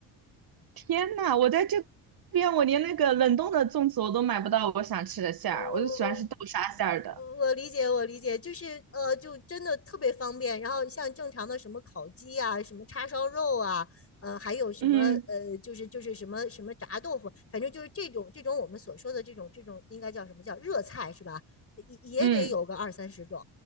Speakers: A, on the right; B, on the left.
A: 天呐，我在这边，我连那个冷冻的粽子我都买不到我想吃的馅儿，
B: 哦，
A: 我就喜欢吃豆沙馅儿的。
B: 我理解，我理解，就是呃，就真的特别方便。然后像正常的什么烤鸡啊，什么叉烧肉啊，呃，还有什么呃，
A: 嗯
B: 就是就是什么什么炸豆腐，反正就是这种这种我们所说的这种这种应该叫什么叫热菜是吧？也也得有个二三十种
A: 嗯，